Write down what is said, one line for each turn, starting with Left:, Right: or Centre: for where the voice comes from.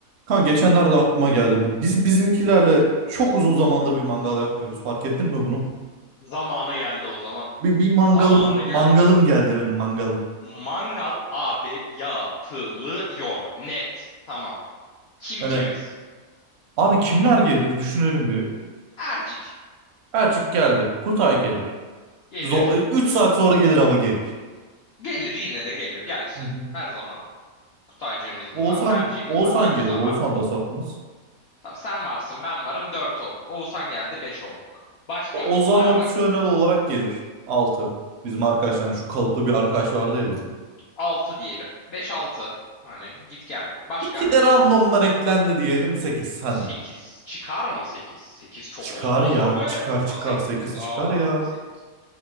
Right: Kan geçenlerde aklıma geldi. Biz bizimkilerle çok uzun zamandır bir mangal yapmıyoruz. Fark ettin mi bunu?
Left: Zamanı geldi o zaman.
Right: Bir, bir mangalım
Left: Zamanı geldi.
Right: mangalım geldi benim mangalım.
Left: Mangal abi yapılıyor. Net. Tamam. Kim
Right: Yani
Left: kimiz?
Right: abi kimler gelir düşünelim bir.
Left: Ercik.
Right: Ercik geldi. Kutay gelir.
Left: Gelir.
Right: Zor, 3 saat sonra gelir ama gelir.
Left: Gelir yine de gelir. Gelsin.
Right: Hı hı.
Left: Her zaman. Kutaycığımız mı
Right: Oğuzhan
Left: var? Erciğimiz
Right: Oğuzhan
Left: var. Acuza
Right: gelir. Oğuzhan
Left: var.
Right: da satmaz.
Left: Tamam sen varsın ben varım. Dört olduk. Oğuzhan geldi. Beş olduk. Başka
Right: O- Ozan
Left: var
Right: opsiyonel
Left: mı?
Right: olarak gelir. 6. Bizim arkadaşlar şu kalıplı bir arkadaş vardı ya bizim.
Left: Altı diyelim. Beş altı. Hani git gel. Başka?
Right: İki de randomdan eklendi diyelim sekiz. hadi.
Left: Sekiz. Çıkar mı sekiz? Sekiz çok
Right: Çıkar
Left: olmaz
Right: ya
Left: mı be?
Right: çıkar çıkar
Left: Nasıl gideceğiz
Right: 8
Left: abi
Right: çıkar ya.
Left: sekiz?